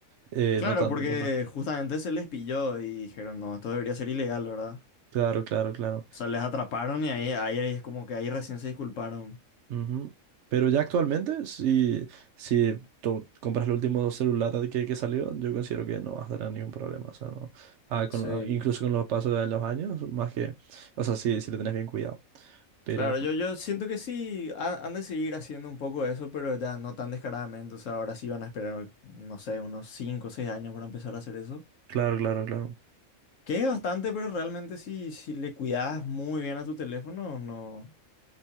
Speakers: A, on the right; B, on the left.
A: Eh,
B: Claro,
A: notan,
B: porque
A: notan.
B: justamente se les pilló y dijeron, no, esto debería ser ilegal, ¿verdad?
A: Claro, claro, claro.
B: O sea, les atraparon y ahí, ahí es como que ahí recién se disculparon.
A: Ujú. Pero ya actualmente, si, si tú compras el último celular que, que salió, yo considero que no vas a tener ningún problema. O sea, no. Ah, con-
B: Sí.
A: ah, incluso con los pasos de los años, más que, o sea, si si le tenés bien cuidado. Pero,
B: Claro, yo, yo siento que sí ha- han de seguir haciendo un poco eso, pero ya no tan descaradamente. O sea, ahora sí van a esperar, no sé, unos 5 o 6 años para empezar a hacer eso.
A: claro, claro, claro.
B: Que es bastante, pero realmente si, si le cuidas muy bien a tu teléfono, no.